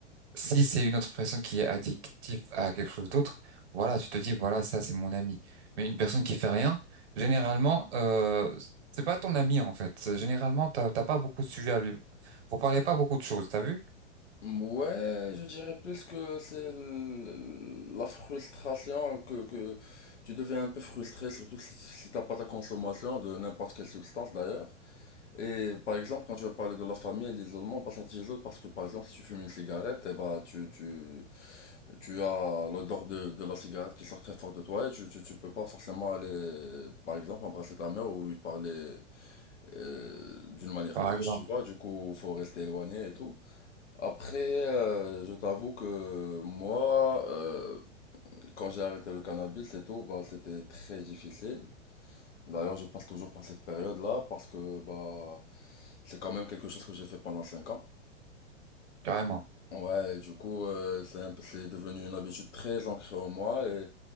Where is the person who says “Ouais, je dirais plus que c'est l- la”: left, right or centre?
Left